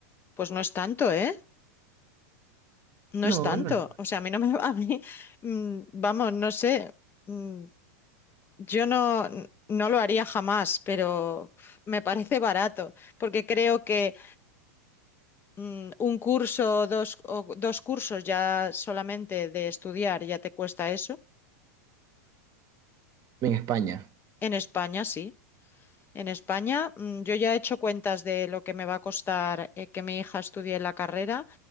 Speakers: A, on the left; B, on the right.
A: Pues no es tanto, ¿eh? No
B: No,
A: es tanto.
B: no está.
A: O sea, a mí no me, <laughs> a mí, mm, vamos, no sé, mm, yo no, no lo haría jamás, pero me parece barato, porque creo que mm, un curso o dos, o dos cursos ya solamente de estudiar ya te cuesta eso.
B: En España.
A: En España sí. En España, mm, yo ya he hecho cuentas de lo que me va a costar eh, que mi hija estudie la carrera